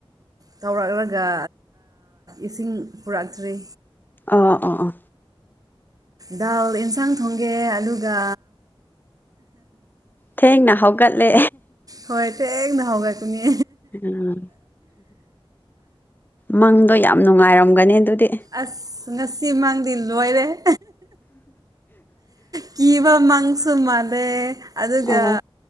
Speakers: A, on the right; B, on the left.
A: ꯇꯧꯔꯛꯂꯒ ꯏꯁꯤꯡ ꯄꯨꯔꯛꯇ꯭ꯔꯤ
B: ꯑꯥ ꯑꯥ ꯑꯥ
A: ꯗꯥꯜ ꯑꯦꯟꯁꯥꯡ ꯊꯣꯡꯒꯦ ꯑꯗꯨꯒ
B: ꯊꯦꯡꯅ ꯍꯧꯒꯠꯂꯦ
A: ꯍꯣꯏ ꯇꯦꯛꯅ ꯍꯥꯎꯒꯠꯄꯅꯦ
B: ꯎꯝ ꯃꯪꯗꯣ ꯌꯥꯝ ꯅꯨꯡꯉꯥꯏꯔꯝꯒꯅꯤ ꯑꯗꯨꯗꯤ
A: ꯑꯁ ꯉꯁꯤ ꯃꯪꯗꯤ ꯂꯣꯏꯔꯦꯍꯦ ꯀꯤꯕ ꯃꯪꯁꯨ ꯃꯥꯜꯂꯦ ꯑꯗꯨꯒ
B: ꯑꯣ